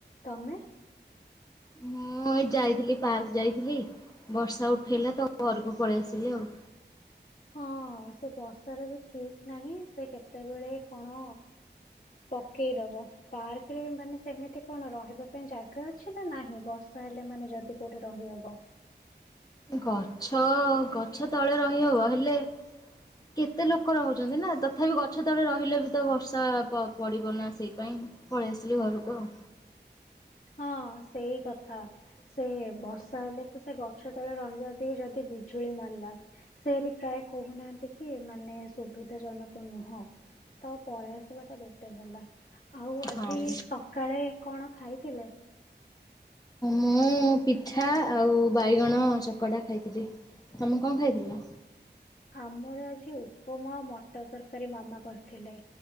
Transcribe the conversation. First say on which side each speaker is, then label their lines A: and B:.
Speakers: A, on the left; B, on the left.
A: ତମେ?
B: ମୁଁ ଏ ଯାଇଥିଲି ପାର୍କ ଯାଇଥିଲି। ବର୍ଷା ଉଠେଇଲା ତ ଘରକୁ ପଳେଇ ଆସିଲି ଆଉ।
A: ହଁ ସେ ବର୍ଷ ର ବି ଠିକ ନାହିଁ ସେ କେତେବେଳେ କଣ ପକେଇଦବ ।ପାର୍କରେ ମାନେ ସେମିତି କଣ ରହିବା ପାଇଁ ଜାଗା ଅଛି ନା ନାହିଁ? ବର୍ଷା ହେଲେ ମାନେ ଯଦି କୋଉଠି ରହିହବ।
B: ଗଛ ଗଛ ତଳେ ରହିହବ। ହେଲେ କେତେ ଲୋକ ରହୁଛନ୍ତି ନା ତଥାପି ଗଛ ତଳେ ରହିଲେ ବି ତ ବର୍ଷା ପଡିବ ନା ସେଇପାଇଁ ପଳେଇ ଆସିଲି ଘରକୁ ଆଉ।
A: ହଁ ସେଇ କଥା ସେ ବର୍ଷା ହେଲେ ତ ସେ ଗଛ ତଳେ ରହିବା ବି ଯଦି ବିଜୁଳି ମାରିଲା। ସେ ବି ପ୍ରାୟ କହୁନାହାନ୍ତି କି ମାନେ ସୁବିଧା ଜନକ ନୁହଁ ତ ପଳେଇ ଆସିବା ଟା ବେଟର ହେଲା। ଆଉ ଆଜି
B: ହଁ।
A: ସକାଳେ କଣ ଖାଇ ଥିଲେ?
B: ମୁଁ ପିଠା ଆଉ ବାଇଗଣ ଚକଡା ଖାଇଥିଲି। ତମେ କଣ ଖାଇଥିଲ?
A: ଆମର ଆଜି ଉପମା, ମ ପଟ ତରକାରୀ ମାମା କରିଥିଲେ।